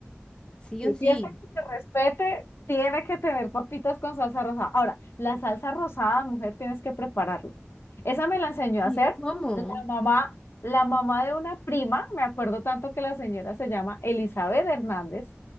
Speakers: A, on the left; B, on the left.
A: Sí
B: Y
A: o sí.
B: fiesta que se respete tiene que tener papitas con salsa rosada. Ahora, la salsa rosada, mujer, tienes que prepararla. Esa me la enseñó a hacer
A: ¿Y cómo?
B: la mamá, la mamá de una prima, me acuerdo tanto que la señora se llama Elizabeth Hernández.